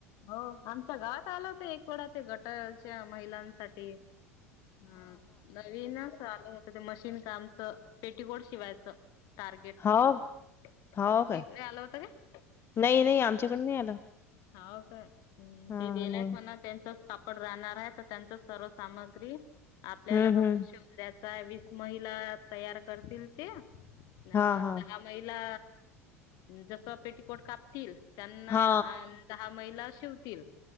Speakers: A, on the left; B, on the left.
A: हो आमच्या गावात आलं होतं एक वेडा ते गटाच्या महिलांसाठी हा नवीनचं आलं होतं ते मशीन कामचं पेटीकोड शिवायचं. टार्गेट
B: हो
A: होतं ते, तुमच्या
B: हो काय
A: इकडे आलं होतं काय?
B: नाही नाही आमच्याकडं नाही आलं.
A: हाव काय
B: हा
A: ते देनायत
B: नाही
A: मना त्यांच कापड राहणार आहे तर त्यांच सर्व सामग्री आपल्याला
B: हम्म
A: फक्त
B: हम्म
A: शिवून द्यायचं वीस महिला तयार करतील ते अन्
B: हा हा
A: दहा महीला जस पेटकोट कापतील त्यांना
B: हा
A: दहा महिला शिवतील